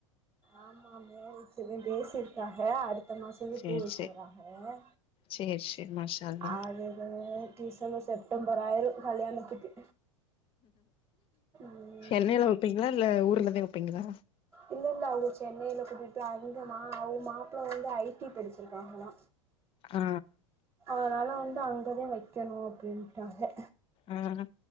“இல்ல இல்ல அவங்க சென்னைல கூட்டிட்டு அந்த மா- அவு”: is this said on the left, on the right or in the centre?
Right